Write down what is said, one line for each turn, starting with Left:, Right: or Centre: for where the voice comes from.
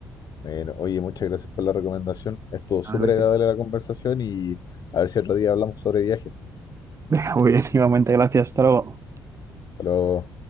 Left: bueno, oye, muchas gracias por la recomendación. Estuvo súper
Right: Ah, ok.
Left: agradable la conversación y a ver si otro día hablamos sobre viajes.
Right: <laughs> Muy bien, igualmente, gracias, hasta luego.
Left: Hasta luego.